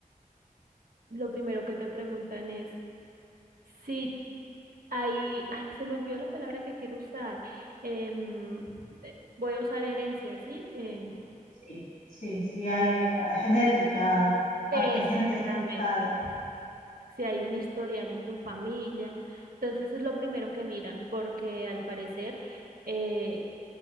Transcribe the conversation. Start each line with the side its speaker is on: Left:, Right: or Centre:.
Right: lo primero que te preguntan es si hay, ay, se me olvidó la palabra que quiero usar. em, eh, voy a usar herencia, ¿sí? Em,
Left: Sí, sí, sí, hay, eh, genética,
Right: Exactamente.
Left: afe- gente afectada.
Right: Si hay un historial en tu familia, entonces es lo primero que miran, porque al parecer, eh,